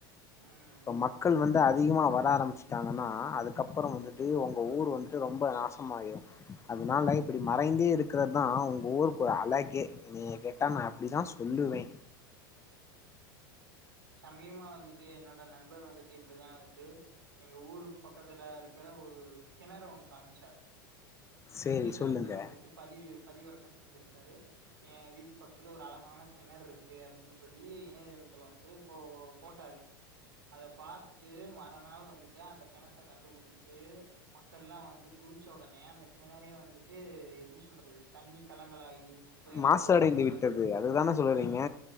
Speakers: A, on the right (about 85°); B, on the left (about 25°).
A: ம் ம்
B: இப்ப மக்கள் வந்து அதிகமா வர ஆரம்மிச்சுட்டாங்கனா அதுக்கப்புற வந்துட்டு உங்க ஊர் வந்துட்டு ரொம்ப நாசமாயிரு அதுனால
A: ம்
B: இப்பிடி மறைந்தே இரு க்குறதா உங்க ஊருக்கு ஒரு அழகே என்னய கேட்டா
A: ம்
B: நா அப்டிதா சொல்லுவே
A: ம் சமயமா வந்துட்டு என்னோட நண்பர் வந்துட்டு இப்டிதா வந்துட்டு எங்க ஊருக்கு பக்கத்துல இருக்குற ஒரு கிணறு ஒன்னு காமிச்சாரு
B: சேரி
A: இணையதளத்துல
B: சொல்லுங்க
A: வந்துட்டு பதிவு பதிவிறக் கம் செஞ்சிருந்தாரு ஏ வீட் டு பக்கத்துல ஒரு அழகான கிணற்ருக்கு அப்டின் சொல்லி இணையதளத்துல வந்து போ போட்டாரு அத பாத்துட்டு மறாநாள் வந்துட்டு அந்த கெணத்த கண்டுபிடிச்சு மக்கள்லா வந்து குளிச்ச ஒடனே அந்த கிணறே வந்துட்டு எப்டி சொல்றது தண்ணி கலங்களாயி குப்பை எல்லாம்
B: மாசடைந்து
A: போட் டு ஒரு மாரி
B: விட்டது அதுதான சொல்றீங்க
A: ஆ